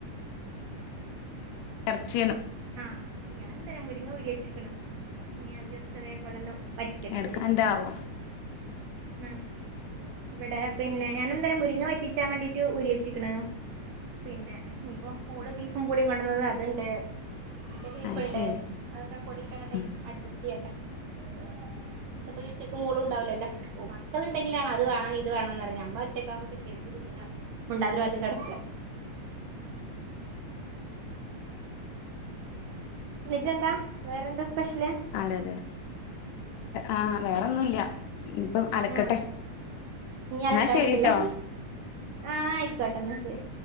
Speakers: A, on the left; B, on the right.
A: എർച്ചേനു
B: ആഹ് ഞാനും ഇതെന്നെ മുരിങ്ങ ഊരി വെച്ച്ക്ക്ണ് ഇനി അത് ജസ്റ്റ് അതേപോലെ ഒ വറ്റിക്കട്ടെ
A: എടക്ക്
B: വിചാരിച്ചിട്ട്
A: എന്താവോ
B: ആഹ് ഇവിടെ പിന്നെ ഞാനും തന്നെ മുരിങ്ങ വറ്റിച്ചാൻ വേണ്ടീട്ട് ഊരി വെച്ച്ക്ക്ണ് പിന്നെ ഇനിപ്പം ഓള് ബീഫും പുളിയും കൊണ്ടെന്നത് അത്ണ്ട് ഇവടെ ബീഫ്ണ്ട്
A: അത് ശരി
B: അതൊക്കെ പൊടീട്ടങ്ങട്ടെ
A: ഉം
B: അഡ്ജസ്റ്റ് ചെയ്യട്ടെ അപ്പൊ ഇന്നിപ്പോ ഉച്ചക്ക് മോളും ഉണ്ടാവൂലല്ലേ? ഓ മക്കള്ണ്ടെങ്കിലാണ് അത് വേണം ഇത് വേണം പറയാ നമ്മള് ഒറ്റക്കാവുമ്പോ കിട്ടിയത്ട്ട് തിന്നാ മുണ്ടാതെ ഒര് പാത്ത് കെട ന്ന്ട്ടെന്താ വേറെന്താ സ്പെഷ്യല്?
A: ആരാത് ആ വേറൊന്നുംല്ല ഇനിപ്പം അലക്കട്ടെ
B: ആഹ് ഇനി അലക്കാനുണ്ടല്ലേ
A: ന്നാ ശരിട്ടോ
B: ആഹ് ആയിക്കോട്ടെ ന്നാ ശരി